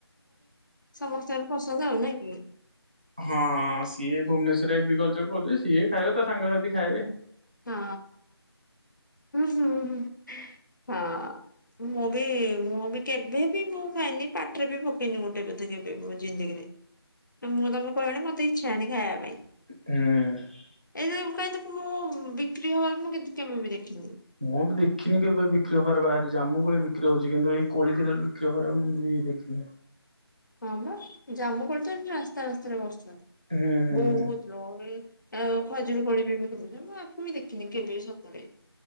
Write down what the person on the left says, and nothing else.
ସମସ୍ତେଙ୍କର ପସନ୍ଦ ଆଉ ନା କି?
ହଁ ହୁଁ ହୁଁ। ହଁ ମୁଁ ମୁଁ ବି କେବେବି ମୁଁ ଖାଇନି କି ପାଟିରେ ବି ପକେଇନି ମୋଟେ ପକେଇନି ବୋଧେ କେବେ ମୋ ଜିନ୍ଦେଗିରେ, ମୁଁ ତମେ କହିଲନି ମତେ କିଛି ଇଚ୍ଛା ହେଲାଣି ଖାଇବାପାଇଁ
ଏଇ ପାଇଁ ଦକୁ ମୁଁ ବିକ୍ରି ହବାର ମୁଁ କେବେ ବି ଦେଖିନି।
ହଁ ବା ଜାମୁକୋଳି ତ ଏଠି ରାସ୍ତା ରାସ୍ତାରେ ବସ
ବହୁତ
ଲୋକ ଆଉ ଖଜୁରୀ କୋଳି ବି ପୁଣି ଦେଖିନି କେବେ ସତରେ